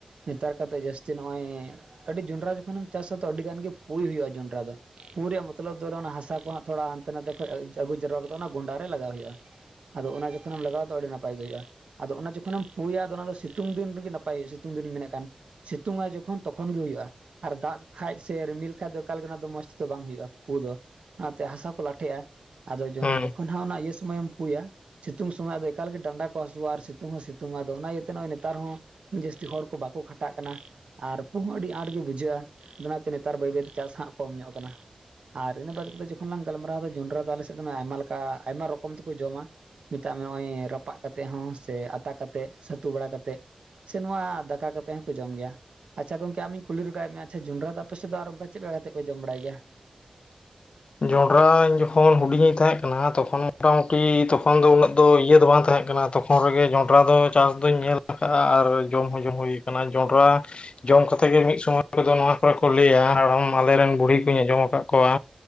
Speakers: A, on the right (about 70°); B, on the left (about 60°).
A: ᱱᱮᱛᱟᱨ ᱠᱟᱛᱮᱜ ᱡᱟᱹᱥᱛᱤ ᱱᱚᱜ-ᱚᱭ ᱟᱹᱰᱤ ᱡᱚᱸᱰᱨᱟ ᱡᱚᱠᱷᱚᱱᱮᱢ ᱪᱟᱥᱟ ᱛᱚ ᱟᱹᱰᱤ ᱜᱟᱱ ᱜᱮ ᱯᱩᱭ ᱦᱩᱭᱩᱜ-ᱟ ᱡᱚᱸᱰᱨᱟ ᱫᱚ᱾ ᱯᱩ ᱨᱮᱭᱟᱜ ᱢᱚᱛᱞᱚᱵᱽ ᱫᱚ ᱚᱱᱟ ᱦᱟᱥᱟ ᱠᱚ ᱦᱟᱸᱜ ᱛᱷᱚᱲᱟ ᱦᱟᱱᱛᱮ ᱱᱟᱛᱮ ᱠᱷᱚᱡ ᱟᱹᱜᱩ ᱡᱟᱨᱣᱟ ᱠᱟᱛᱮᱜ ᱚᱱᱟ ᱜᱚᱸᱰᱟ ᱨᱮ ᱞᱟᱜᱟᱣ ᱦᱩᱭᱩᱜ-ᱟ᱾ ᱟᱫᱚ ᱚᱱᱟ ᱡᱚᱠᱷᱚᱱᱮᱢ ᱞᱟᱜᱟᱣ ᱫᱚ ᱟᱹᱰᱤ ᱱᱟᱯᱟᱭ ᱜᱮ ᱦᱩᱭᱩᱜ-ᱟ᱾ ᱟᱫᱚ ᱚᱱᱟ ᱡᱚᱠᱷᱚᱱᱮᱢ ᱯᱩᱭᱟ ᱟᱫᱚ ᱚᱱᱟ ᱫᱚ ᱥᱤᱛᱩᱝ ᱫᱤᱱ ᱨᱮᱜᱮ ᱱᱟᱯᱟᱭ ᱦᱩᱭᱩᱜ-ᱟ ᱥᱤᱛᱩᱝ ᱫᱤᱱᱤᱧ ᱢᱮᱱᱮᱜ ᱠᱟᱱ᱾ ᱥᱤᱛᱩᱝᱟᱭ ᱡᱚᱠᱷᱚᱱ ᱛᱚᱠᱷᱚᱱ ᱜᱮ ᱦᱩᱭᱩᱜ-ᱟ᱾ ᱟᱨ ᱫᱟᱜ ᱠᱷᱟᱡᱽ ᱥᱮ ᱨᱤᱢᱤᱞ ᱠᱷᱟᱡᱽ ᱫᱚ ᱮᱠᱟᱞ ᱚᱱᱟ ᱫᱚ ᱢᱚᱸᱡᱽ ᱛᱮᱫᱚ ᱵᱟᱝ ᱦᱩᱭᱩᱜᱼᱟ, ᱯᱩᱸ ᱫᱚ ᱾ ᱚᱱᱟ ᱛᱮ ᱦᱟᱥᱟ ᱠᱚ ᱞᱟᱴᱷᱮᱜᱼᱟ᱾ ᱟᱫᱚ
B: ᱦᱮᱸ
A: ᱡᱚᱠᱷᱚᱱ ᱦᱟᱸᱜ ᱚᱱᱟ ᱤᱭᱟᱹ ᱥᱚᱢᱚᱭ ᱮᱢ ᱯᱩᱭᱟ ᱥᱤᱛᱩᱝ ᱥᱚᱢᱚᱭ ᱟᱫᱚ ᱮᱠᱟᱞᱜᱮ ᱰᱟᱸᱰᱟ ᱠᱚ ᱦᱟᱹᱥᱩᱜᱼᱟ ᱟᱨ ᱥᱤᱛᱩᱝ ᱦᱚᱸ ᱥᱤᱛᱩᱝᱼᱟ, ᱟᱫᱚ ᱚᱱᱟ ᱤᱭᱟᱹᱛᱮ ᱱᱚᱜᱚᱭ ᱱᱮᱛᱟᱨ ᱦᱚᱸ ᱡᱟᱹᱥᱛᱤ ᱦᱚᱲ ᱠᱚ ᱵᱟᱠᱚ ᱠᱷᱟᱹᱴᱟᱜ ᱠᱟᱱᱟ ᱾ ᱟᱨ ᱯᱩ ᱦᱚᱸ ᱟᱹᱰᱤ ᱟᱸᱴ ᱜᱮ ᱵᱩᱡᱷᱟᱹᱜᱼᱟ᱾ ᱚᱱᱟ ᱛᱮ ᱱᱮᱛᱟᱨ ᱵᱟᱹᱭ ᱵᱟᱹᱭ ᱛᱮ ᱪᱟᱥ ᱦᱟᱸᱜ ᱠᱚᱢ ᱧᱚᱜ ᱠᱟᱱᱟ ᱾ ᱟᱨ ᱤᱱᱟᱹ ᱵᱟᱫ ᱠᱟᱛᱮᱫ ᱡᱚᱠᱷᱚᱱ ᱞᱟᱝ ᱜᱟᱞᱢᱟᱨᱟᱣ ᱮᱫᱟ, ᱡᱚᱸᱰᱽᱨᱟ ᱫᱚ ᱟᱞᱮ ᱥᱮᱫ ᱫᱚ ᱟᱭᱢᱟ ᱞᱮᱠᱟ, ᱟᱭᱢᱟ ᱨᱚᱠᱚᱢ ᱛᱮᱠᱚ ᱡᱚᱢᱟ ᱾ ᱢᱮᱛᱟᱜ ᱢᱮ ᱱᱚᱜᱼᱚᱭ ᱨᱟᱯᱟᱜ ᱠᱟᱛᱮᱫ ᱦᱚᱸ ᱥᱮ ᱟᱛᱟ ᱠᱟᱛᱮᱫ ᱪᱷᱟᱹᱛᱩ ᱵᱟᱲᱟ ᱠᱟᱛᱮᱫ ᱥᱮ ᱱᱚᱣᱟ ᱫᱟᱠᱟ ᱠᱟᱛᱮᱫ ᱦᱚᱸᱠᱚ ᱡᱚᱢ ᱜᱮᱭᱟ ᱾ ᱟᱪᱪᱷᱟ ᱜᱚᱝᱠᱮ ᱟᱢᱤᱧ ᱠᱩᱞᱤ ᱞᱮᱜᱟᱭᱮᱫ ᱢᱮᱭᱟ, ᱟᱪᱪᱷᱟ ᱡᱚᱸᱰᱽᱨᱟ ᱫᱚ ᱟᱯᱮ ᱥᱮᱫ ᱫᱚ ᱟᱨ ᱚᱱᱠᱟ ᱪᱮᱫ ᱞᱮᱠᱟ ᱠᱟᱛᱮ ᱠᱚ ᱡᱚᱢ ᱵᱟᱲᱟᱭ ᱜᱮᱭᱟ?
B: ᱡᱚᱱᱰᱨᱟ ᱤᱧ ᱡᱚᱠᱷᱚᱱ ᱦᱩᱰᱤᱧ ᱤᱧ ᱛᱟᱦᱮᱸ ᱠᱟᱱᱟ ᱛᱚᱠᱷᱚᱱ ᱢᱚᱴᱟᱢᱩᱴᱤ ᱛᱚᱠᱷᱚᱱ ᱫᱚ ᱩᱱᱟᱹᱜ ᱫᱚ ᱤᱭᱟᱹ ᱫᱚ ᱵᱟᱝ ᱛᱟᱦᱮᱸ ᱠᱟᱱᱟ᱾ ᱛᱚᱠᱷᱚᱱ ᱨᱮᱜᱮ ᱡᱚᱸᱰᱽᱨᱟ ᱫᱚ ᱪᱟᱥ ᱫᱚᱧ ᱧᱮᱞ ᱟᱠᱟᱜᱼᱟ ᱟᱨ ᱡᱚᱢ ᱦᱚᱸ ᱡᱚᱢ ᱦᱩᱭ ᱟᱠᱟᱱᱟ᱾ ᱡᱚᱸᱰᱨᱟ ᱡᱚᱢ ᱠᱟᱛᱮᱜ ᱜᱮ ᱢᱤᱫ ᱥᱚᱢᱚᱭ ᱠᱚᱫᱚ ᱱᱚᱣᱟ ᱠᱚᱨᱮ ᱠᱚ ᱞᱟᱹᱭᱟ ᱦᱟᱲᱟᱢ ᱟᱞᱮᱨᱮᱱ ᱵᱩᱲᱦᱤ ᱠᱚᱧ ᱟᱸᱡᱚᱢ ᱟᱠᱟᱫ ᱠᱚᱣᱟ᱾